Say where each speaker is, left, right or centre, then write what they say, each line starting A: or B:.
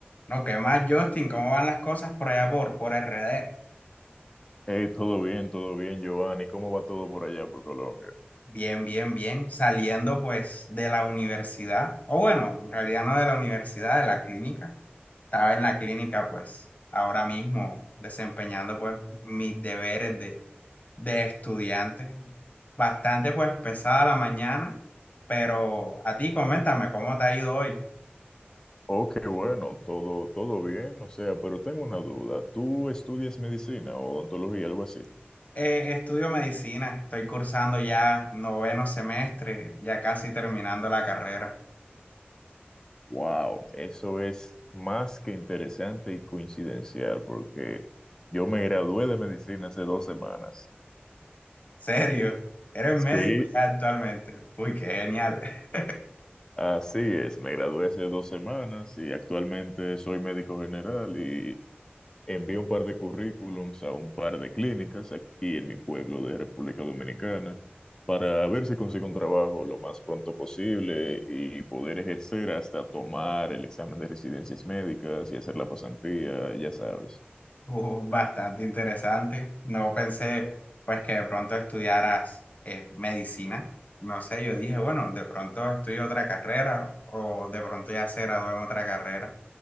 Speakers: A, on the left; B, on the left.
A: No, ¿qué más, Justin? ¿Cómo van las cosas por allá por, por RD?
B: Hey, todo bien, todo bien, Giovanni. ¿Cómo va todo por allá, por Colombia?
A: Bien, bien, bien. Saliendo pues de la universidad, o bueno, en realidad no de la universidad, de la clínica. Estaba en la clínica pues ahora mismo desempeñando pues mis deberes de, de estudiante. Bastante pues pesada la mañana, pero a ti coméntame cómo te ha ido hoy.
B: Oh, qué bueno, todo, todo bien. O sea, pero tengo una duda. ¿Tú estudias medicina o odontología, algo así?
A: Eh, estudio medicina, estoy cursando ya noveno semestre, ya casi terminando la carrera.
B: Wow, eso es más que interesante y coincidencial, porque yo me gradué de medicina hace dos semanas.
A: Serio, eres
B: Sí,
A: médico ya actualmente. Uy, qué genial. <laughs>
B: así es. Me gradué hace dos semanas y actualmente soy médico general y Envié un par de currículums a un par de clínicas aquí en mi pueblo de República Dominicana para ver si consigo un trabajo lo más pronto posible y poder ejercer hasta tomar el examen de residencias médicas y hacer la pasantía, ya sabes.
A: Uh, bastante interesante. No pensé pues que de pronto estudiaras eh, medicina. No sé, yo dije, bueno, de pronto estudio otra carrera o de pronto ya se graduó en otra carrera.